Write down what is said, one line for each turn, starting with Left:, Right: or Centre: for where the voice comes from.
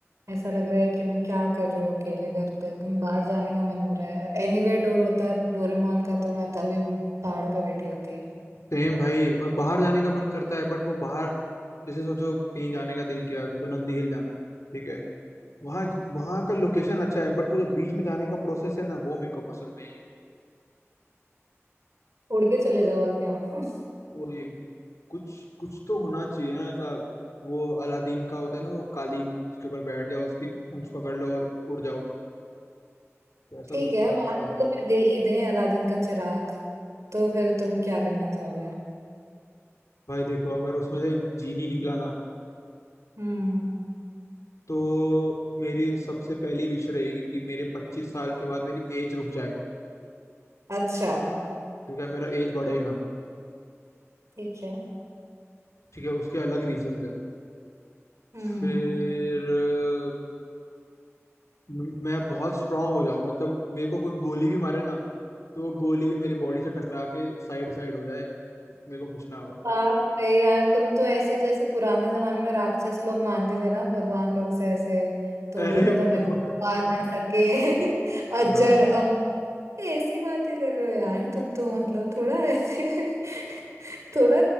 Right: ऐसा लग रहा है कि मैं क्या कर रही हूँ अकेले घर पे कहीं बाहर जाने का मन हो रहा है एनीवेयर डोर होता है डोरेमोन का तो मैं तभी पहाड़ों पे बैठी होती
Left: सेम भाई और बाहर जाने का मन करता है बट वो बाहर जैसे सोचो कहीं जाने का दिल किया सोचो नंदी हिल जाना है ठीक है वहाँ वहाँ का लोकेशन अच्छा है बट वो जो बीच में जाने का प्रोसेस है ना वो मेरे को पसंद नहीं है
Right: उड़ के चले जाओ और क्या <laughs>
Left: वो ये कुछ कुछ तो होना चाहिए ना ऐसा वो अलादीन का होता है ना वो कालीन उसके ऊपर बैठ जाओ उसकी पूंछ पकड़ लो और उड़ जाओ तो ऐसा
Right: ठीक
Left: कुछ
Right: है
Left: होना
Right: मान
Left: चाहिए
Right: लो तुम्हें दे ही दें अलादीन का चिराग तो फिर तुम क्या करना चाहोगे
Left: भाई देखो अगर उसमें से जीनी निकला ना
Right: हम्म
Left: तो मेरी सबसे पहली विश रहेगी कि मेरे पच्चीस साल के बाद मेरी एज रुक जाए
Right: अच्छा
Left: ठीक है मेरा एज बढ़े ना
Right: ठीक है
Left: ठीक है उसके अलग रीजंस है
Right: हम्म
Left: फिर अ, म- मैं बहुत स्ट्रांग हो जाऊं मतलब मेरे को कोई गोली भी मारे ना तो वो गोली भी मेरी बॉडी से टकरा के साइड साइड हो जाए मेरे को कुछ ना हो
Right: बाप रे यार तुम तो ऐसे जैसे पुराने जमाने में राक्षस लोग मानते थे ना भगवान लोग से ऐसे तो
Left: अरे
Right: बोलता था मैं
Left: भाई
Right: मार ना सके <laughs> अजर
Left: रॉक्स
Right: अम ऐसी बातें कर रहे हो यार तुम तो मतलब थोड़ा ऐसे <laughs> थोड़ा